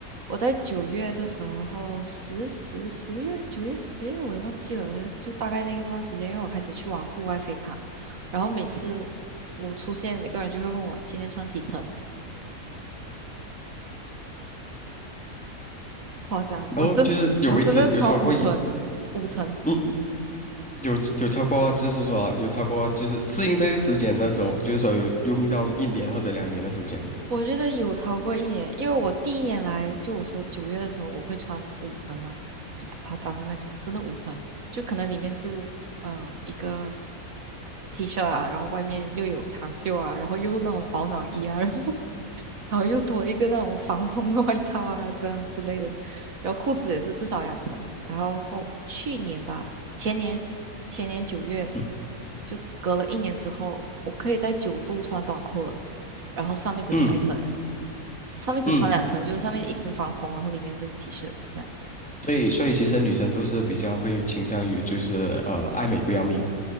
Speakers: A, on the right; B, in the centre.
A: 我在九月的时候，十十十月九月十月我也忘记了，就大概那个段时间，因为我开始去玩户外飞盘，然后每次我出现，每个人就会问我今天穿几层，不夸张，
B: 然后就是有维持有超过一
A: 我真我真的穿五层，五层。
B: 嗯有有超过就是说有超过就是适应这个时间的时候，就是说有用到一年或者两年的时间嘛。
A: 我觉得有超过一年，因为我第一年来，就我说九月的时候，我会穿五层嘛，就不夸张的那种，真的五层，就可能里面是呃一个 T 恤啊，然后外面又有长袖啊，然后又那种保暖衣啊，然后 <laughs> 然后又多一个那种防风的外套啊，这样之类的，然后裤子也是至少两层，然后后去年吧，前年前年九月
B: 嗯
A: 就隔了一年之后，我可以在九度穿短裤了，然后上面只穿一层。
B: 嗯
A: 上面只穿两层，
B: 嗯，
A: 就是上面一层防风，然后里面是 T 恤这样。
B: 所以所以其实女生都是比较会倾向于就是呃爱美不要命。